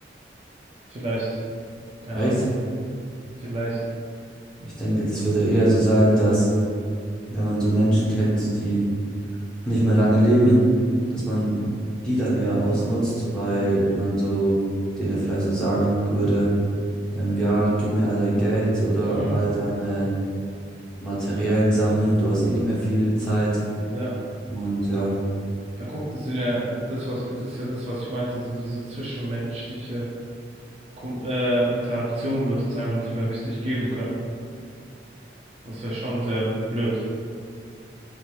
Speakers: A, on the right; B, in the centre.
A: Vielleicht. Keine
B: echt?
A: Ahnung. Vielleicht.
B: Ich denke, das würde eher so sein, dass wenn man so Menschen kennt, die nicht mehr lange leben, dass man die dann eher ausnutzt, weil man so denen vielleicht so sagen würde, ähm, ja, gib mir all dein Geld oder
A: Mhm.
B: all deine materiellen Sachen, du hast eh nicht mehr viel Zeit.
A: Ja.
B: Und ja,
A: Ja, guck, das sind ja das, was das ist ja das, was ich meinte, so diese zwischenmenschliche Kom ähm, Interaktion wird es einfach nicht mehr richtig geben können. Das wäre schon sehr blöd.